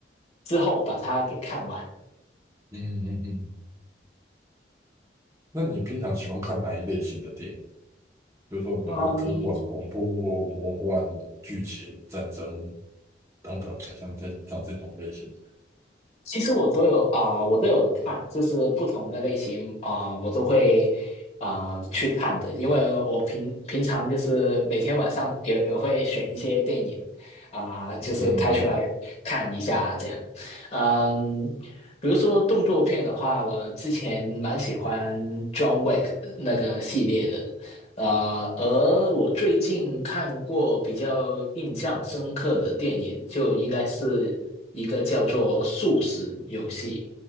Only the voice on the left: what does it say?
之后把它给看完。
嗯，
其实我都有啊、呃我都有看，就是不同的类型啊、呃我都会啊、呃去看的，因为我平平常就是每天晚上也也会选一些电影啊、呃就是开出来看一下这样。
嗯，比如说动作片的话，我之前蛮喜欢 John Wick 那个系列的。呃，而我最近看过比较印象深刻的电影，就应该是一个叫做《素食游戏》，